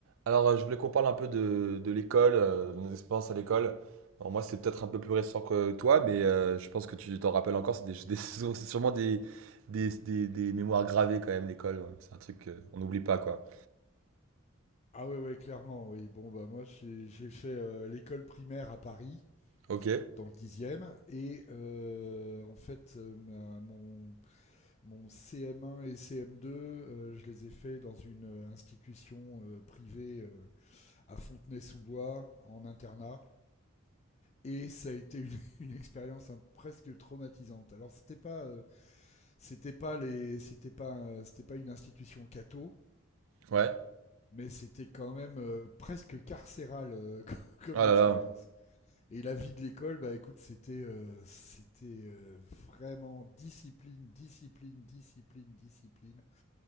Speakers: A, on the right (about 70°); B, on the left (about 30°).
A: Alors, euh, je voulais qu'on parle un peu de, de l'école, euh, de nos expériences à l'école. Alors, moi, c'est peut-être un peu plus récent que toi, mais euh, je pense que tu t'en rappelles encore. C'est des- des- <laughs> c'est sûrement des, des, des- des mémoires gravées quand même, l'école. ouais. C'est un truc qu'on n'oublie pas, quoi.
B: Ah ouais, ouais, clairement, oui. Bon, bah moi, j'ai j'ai fait euh, l'école primaire à Paris,
A: Ok,
B: dans le dixième et euh, en fait, euh, ma- mon, mon CM1 et CM2, euh, je les ai faits dans une euh, institution euh, privée euh, à Fontenay-sous-Bois, en internat. Et ça a été une, <laughs> une expérience hein, presque traumatisante. Alors c'était pas, euh, c'était pas les, c'était pas, euh, c'était pas une institution catho,
A: ouais.
B: mais c'était quand même euh, presque carcéral euh, <laughs> co- comme
A: Oh
B: expérience.
A: là là.
B: Et la vie de l'école, bah écoute, c'était euh, c'était euh, vraiment discipline, discipline, discipline, discipline.